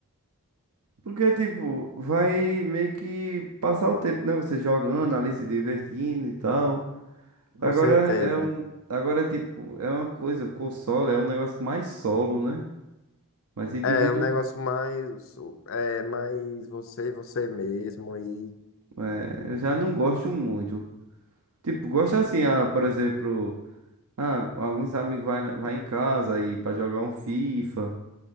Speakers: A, on the right; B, on the left.
A: Porque, tipo, vai meio que passar o tempo, né? Você jogando ali, se divertindo e tal. Agora
B: Com certeza.
A: é um. Agora, é, tipo, é uma coisa, o console é um negócio mais solo, né? Mas indivíduo,
B: É é um negócio mais. É mais você, você mesmo e.
A: é, eu já não gosto muito. Tipo, gosto assim, ah, por exemplo, ah, alguns amigos vai, lá- vai em casa aí pra jogar um FIFA,